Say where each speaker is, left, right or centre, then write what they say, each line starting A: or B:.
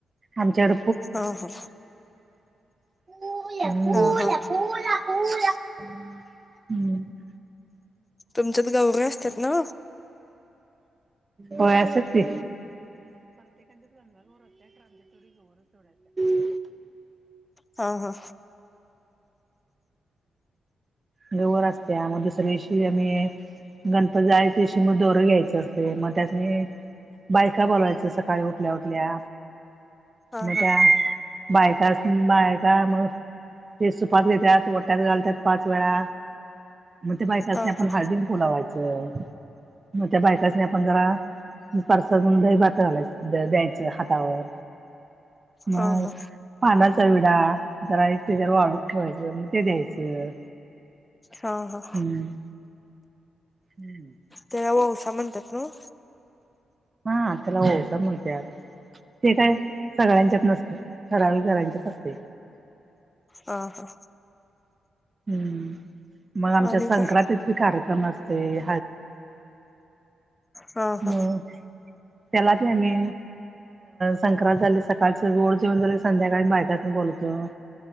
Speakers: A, on the right; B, on the left.
A: आमच्याड
B: हा हा!
A: <unintelligible>
B: हा हा तुमच्यात गौराय असत्यां त ना?
A: होय अस्यात की. <unintelligible>
B: हा हा!
A: हेवर असत्यां, अ मग दुसऱ्या दिशी आम्ही गणपत जायच्या दिशी म दोरं घ्यायचं असतय मग त्यासनी बायका बोलावायच सकाळी उठल्या उठल्या.
B: हा
A: म
B: हा
A: त्या बायका सं, बायका म. ते सुपास घेत्यांत, ओट्यात घालतात पाच वेळा म ते बायकसनी
B: हा
A: आपण
B: हा
A: <unintelligible> फुलवायचं, मग त्या बायकासनी आपण जरा परसाद म्हणून दही, भात घालायचं द्यायचं हातावर मग
B: हा हा
A: पानाचा विडा, जरा एक ते जर वाळूक ठेवायचं मग ते द्यायचं
B: हं, हं.
A: हं, हं.
B: त्याला ववसा म्हणतात नाहो.
A: हा त्याला ओवसा म्हणतात. ते काय सगळ्यांच्यात नसतं. ठराविक घरांच्यात असतंय.
B: हं, हं.
A: हं, मग आमच्यात
B: आणि
A: संक्रांतीचा
B: काय
A: हळदी-कुंकवाचा कार्यक्रम असतोय
B: हा हा
A: मग प्याला <inaudible> आम्ही संक्रांत झाली, सकाळचं गोड जेवण झालं, संध्याकाळी बायकांसनी मी बोलवतेव.